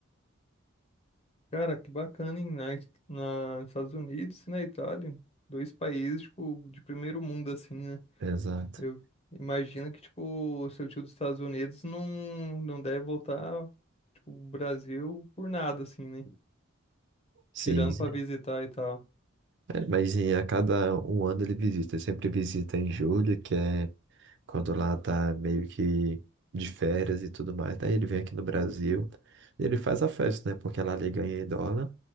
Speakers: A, on the left; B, on the right.
A: Cara, que bacana, hein? Na, na, nos Estados Unidos e na Itália. Dois países, tipo, de primeiro mundo, assim, né?
B: Exato.
A: Eu imagino que, tipo, o seu tio dos Estados Unidos não, não deve voltar, tipo, o Brasil por nada, assim, né?
B: Sim,
A: Tirando
B: sim.
A: pra visitar e tal.
B: É, mas em, a cada um ano ele visita. Ele sempre visita em julho, que é quando lá tá meio que de férias e tudo mais. Daí ele vem aqui no Brasil e ele faz a festa, né? Porque lá ele ganha em dólar.